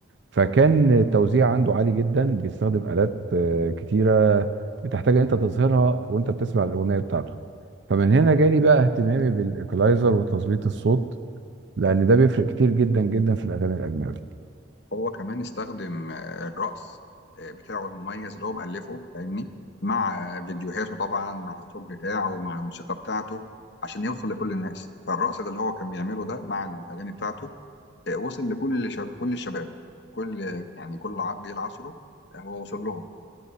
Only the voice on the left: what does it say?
هو كمان استخدم آه، الرقص آه، بتاعه المميز اللي هو مألفه فاهمني مع آه، فيديوهاته طبعا مع الصوت بتاعه مع الموسيقى بتاعته عشان يوصل لكل الناس فالرقص ده اللي هو كان بيعمله ده مع الأغاني بتاعته آه، وصل لكل شب... كل الشباب كل يعني كل ع- جيل عصره آه، هو وصل لهم